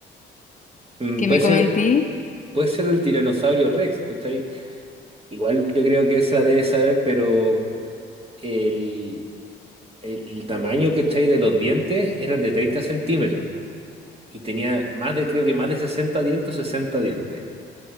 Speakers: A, on the right (about 30°); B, on the left (about 35°).
A: Mm,
B: que
A: Puede
B: me
A: ser,
B: comenté?
A: puede ser del tiranosaurio Rex, ¿cachai? Igual yo creo que se la debe saber, pero el, el, el tamaño, ¿cachai? De los dientes eran de 30 centímetros y tenía más de, creo que más de 60 dientes, 60 dientes.